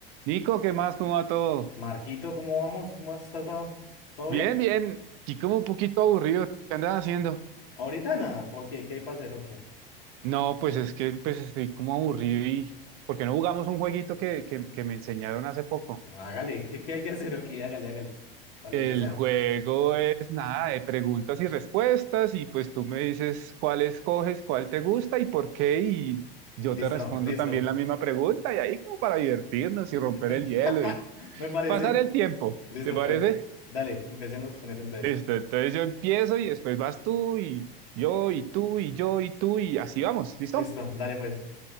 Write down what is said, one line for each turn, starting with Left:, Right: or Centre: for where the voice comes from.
Right: Nico, ¿qué más? ¿Cómo va todo?
Left: Marquito, ¿cómo vamos? ¿Cómo has estado? ¿Todo
Right: Bien,
Left: bien?
Right: bien. Y como un poquito aburrido. ¿Qué andas haciendo?
Left: Ahorita nada, ¿por qué? ¿Qué hay para hacer o qué?
Right: No, pues es que pues estoy como aburrido y... ¿Por qué no jugamos un jueguito
Left: No.
Right: que, que, que me enseñaron hace poco?
Left: Hágale, <laughs> ¿qué, qué hay que hacer o qué? Hágale, hágale, para
Right: El
Left: lo que sea.
Right: juego es nada de preguntas y respuestas y pues tú me dices cuál escoges, cuál te gusta y por qué y yo
Left: Listo,
Right: te respondo
Left: listo.
Right: también la misma pregunta y ahí como para divertirnos y
Left: Bu-
Right: romper
Left: <laughs>
Right: el hielo y
Left: Me parece.
Right: pasar el tiempo.
Left: Listo,
Right: ¿Te parece?
Left: pues. Dale, empecemos con eso entonces.
Right: Listo, entonces yo empiezo y después vas tú y yo y tú y yo y tú y así vamos, ¿listo?
Left: Listo, dale, pues.